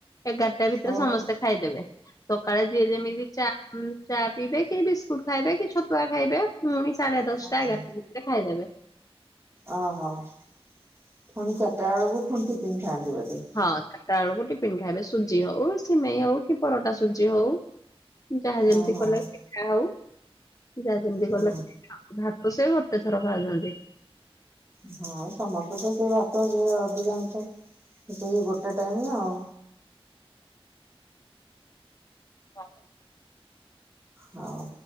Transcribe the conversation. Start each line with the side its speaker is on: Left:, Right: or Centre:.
Left: ଏଗାରଟା ଭିତରେ
Right: ଓହୋ
Left: ସମସ୍ତେ ଖାଇଦେବେ। ସକାଳେ ଯିଏ ଯେମିତି ଚା ଉମ୍ ଚା ପିଇବେ କି ବିସ୍କୁଟ ଖାଇବେ, କି ଛତୁଆ ଖାଇବେ ପୁଣି ସାଢେ
Right: ଓହୋ
Left: ଦଶଟା ଏଗାରଟା ଭିତରେ ଖାଇଦେବେ।
Right: ଓହୋ ପୁଣି ଚାରିଟା ବେଳକୁ ପୁଣି ଟିଫିନ ଖାଆନ୍ତି ବୋଧେ?
Left: ହଁ ଚାରିଟା ବେଳକୁ ଟିଫନ୍ ଖାଇବେ। ସୁଜି ହଉ। ସିମେଇ ହଉ କି ପରଟା ସୁଜି ହଉ। ଯାହା ଯେମିତି
Right: ଓହୋ
Left: କଲେ ପିଠା ହଉ ଯାହା ଯେମିତି
Right: ହଁ
Left: କଲେ ଭାତ ସେ ଗୋଟେ ଥର ଖାଉଛନ୍ତି।
Right: ହଁ ସମସ୍ତେ ତ ସେଇ ଭାତ ଅଧିକାଂଶ ସେଇ ଗୋଟେ ଟାଇମ୍ ଆଉ।
Left: ହ।
Right: ହଉ।